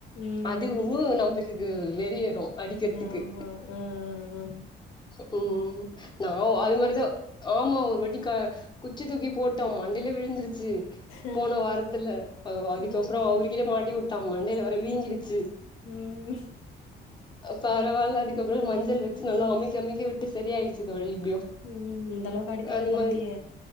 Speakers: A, on the left; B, on the left.
A: ம்
B: அது உன்னு நம்ளு க்கு வெறி ஏறு அடிக்கிறதுக்கு
A: ஆமா ஆ ஆ
B: ம் ம் நா அது மாரிதா ஆமா ஒரு வாட்டி க குச்ச தூக்கி போட்டான் மண்டையிலே விழுந்து ச்சு
A: ஆ
B: போன வாரத்துல அதுக்கப்றோ
A: ஆ
B: அவருக்கிட்ட மாட்டி டா மண்டையில வேர வீங்கிடுச்சு
A: உம்
B: பரவால்ல அதுக்கப்றோ மஞ்சள் வச்சு நல்லா அமிக்கி அமிக்கி விட்டு சரிய ஆயிருச்சு தோழி எப்டியோ
A: ம் இந்த அளவுக்கு அடிப்பீங்க
B: அந்த
A: கொழந்தைய
B: மாரி